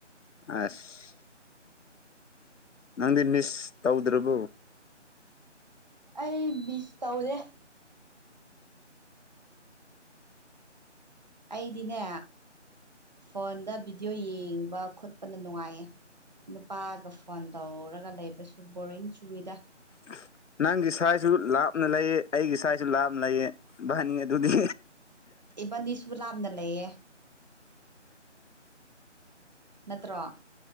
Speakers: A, on the left; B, on the right.
A: ꯑꯁ ꯅꯪꯗꯤ ꯃꯤꯁ ꯇꯧꯗ꯭ꯔꯕꯣ
B: ꯑꯩ ꯃꯤꯁ ꯇꯧꯗꯦ ꯑꯩꯗꯤꯅꯦ ꯐꯣꯟꯗ ꯚꯤꯗꯤꯑꯣ ꯌꯦꯡꯕ ꯈꯣꯠꯄꯅ ꯅꯨꯡꯉꯥꯏꯌꯦ ꯅꯨꯄꯥꯒ ꯐꯣꯟ ꯇꯧꯔꯒ ꯂꯩꯕꯁꯨ ꯕꯣꯔꯤꯡ ꯆꯨꯏꯗ
A: <unintelligible> ꯅꯪꯒꯤ ꯁꯥꯏꯁꯨ ꯂꯥꯞꯅ ꯂꯩꯌꯦ ꯑꯩꯒꯤ ꯁꯥꯏꯁꯨ ꯂꯥꯞꯅ ꯂꯩꯌꯦ ꯕꯅꯤ ꯑꯗꯨꯗꯤ
B: ꯏꯕꯥꯅꯤꯁꯨ ꯂꯥꯞꯅ ꯂꯩꯌꯦ ꯅꯠꯇ꯭ꯔꯣ